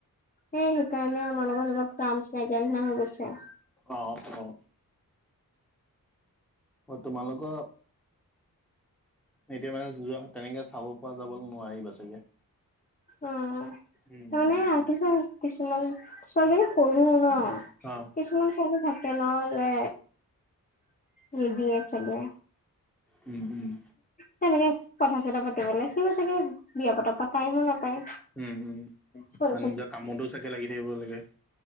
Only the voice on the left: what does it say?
সেই সেইকাৰণে আমাৰ লগত অলপ ক্ৰামচ নাই নাইকিয়া নিচিনা হৈ গৈছে।
অ' তাৰমানে
কিছুমান কিছুমান ছোৱালীজনী সৰু ন
কিছুমান ছোৱালী থাকে ন যে নিদিয়ে চাগে
তেনেকে কথা চথা পাতিব লে সিও চাগে বিয়া পতা পা টাইমো নাপায়।
ফোন